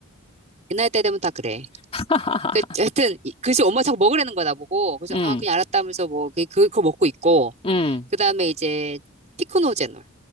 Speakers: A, on the right; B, on the left.
A: 옛날 때 되면 다 그래.
B: <laughs>
A: 그, 하여튼, 이- 그래서 엄마 자꾸 먹으라는 거야, 나보고. 그래서,
B: 음,
A: 아, 그냥 알았다면서 뭐, 그, 그- 그거 먹고 있고.
B: 음,
A: 그 다음에 이제, 피크노제놀.